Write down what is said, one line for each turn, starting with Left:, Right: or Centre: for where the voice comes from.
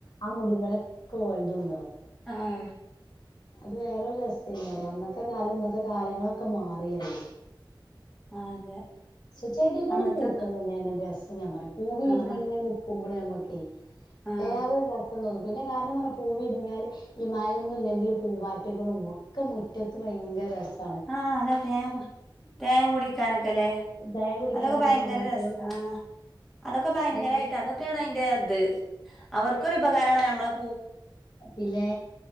Left: ആഹ് മുടിമ്മലൊക്കെ ഓൽതും ണ്ടാവും.
Centre: ആഹ്
Left: അത് വേറേ ഒര് രസ്സേനി അറിയ അന്നത്തെ കാലം ഇന്നത്തെ കാലങ്ങളൊക്കെ മാറിയറി
Centre: ആഹ് അതെ-
Left: സ് ചെടികളും
Centre: അന്നത്തെ
Left: പൂക്കളും തന്നെന്നെ രസം ഞാൻ പറയാം പൂവ് വിരിഞ്ഞിങ്ങനെ
Centre: ആഹ്
Left: നൽക്കുമ്പളേ നമ്മുക്കേ-
Centre: ആഹ്
Left: <unintelligible> തോന്നുന്നു പിന്നെ കാരണം പറഞ്ഞാ പൂവിരിഞ്ഞാല് ഈ മഴയൊന്നും ഇല്ലെങ്കിൽ പൂമ്പാറ്റകളും ഒക്കെ മുറ്റത്ത് വ ഭയങ്കര രസ്-
Centre: ആഹ് അങ്ങനെ തേൻ തേൻ കുടിക്കാനൊക്കെ അല്ലേ-
Left: ചായം കുടിക്കാനൊക്കെ
Centre: അതൊക്ക ഭയങ്കര
Left: പൂമ്പാറ്റകള്
Centre: രസാ- അതൊക്കെ ഭയങ്കരമായിട്ട്
Left: ഭയ
Centre: അതൊക്കെയാണ് അതിന്റെ അത് അവർക്കൊരു ഉപകാരമാണ് നമ്മള്-
Left: പിന്നേ